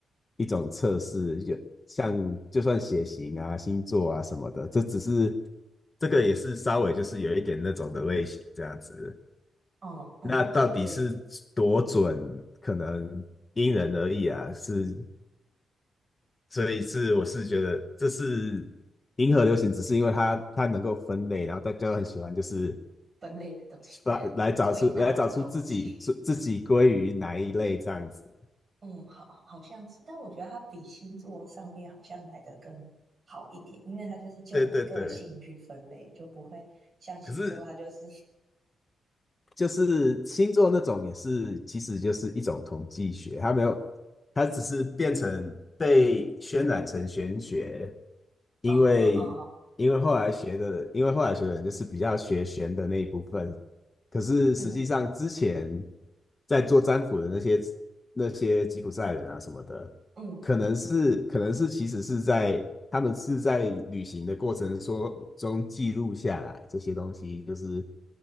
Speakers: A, on the left; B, on the right.
A: 一种测试，就像就算血型啊、星座啊什么的，这只是这个也是稍微就是有一点那种的类型这样子。
B: 嗯嗯，
A: 那到底是多准，
B: 对对，
A: 可能因人而异啊，是所以是我是觉得这是银河流行，只是因为它它能够分类，然后大家都很喜欢，就是
B: 分类的东西，
A: 发来找出来找出自己自自己归于哪一类这样子。
B: 归纳啊，统计，嗯，好，好像是，但我觉得它比星座上面好像来的更好一点，因为它就是就你个性去分类，
A: 对对对，
B: 就不会像星座它就是
A: 可是就是星座那种也是，其实就是一种统计学，它没有，它只是变成被渲染成玄学，因为因为后来学的，
B: 啊啊
A: 因为后来学的人就是比较学玄的那一部分，可是实际上之前
B: <laughs>，嗯
A: 在做占卜的那些那些吉普赛人啊什么的，
B: 嗯
A: 可能是可能是其实是在他们是在旅行的过程说中记录下来这些东西，就是